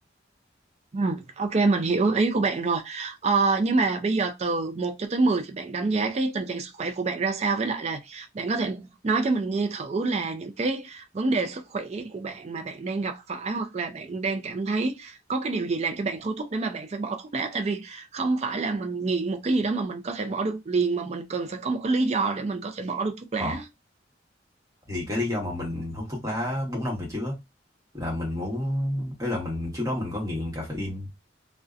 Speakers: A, on the right (about 35°); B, on the right (about 20°).
A: Ừ, ok mình hiểu ý của bạn rồi ờ, nhưng mà bây giờ từ một cho tới 10 thì bạn đánh giá cái tình trạng sức khỏe của bạn ra sao với lại là bạn có thể nói cho mình nghe thử là những cái vấn đề sức khỏe của bạn mà bạn đang gặp phải hoặc là bạn đang cảm thấy có cái điều gì làm cho bạn thôi thúc để mà bạn phải bỏ thuốc lá tại vì không phải là mình nghiện một cái gì đó mà mình có thể bỏ được liền mà mình cần phải có một cái lý do để mình có thể bỏ được thuốc lá
B: ờ thì cái lý do mà mình hút thuốc lá 4 năm về trước á, là mình muốn ấy là mình trước đó mình có nghiện caffeine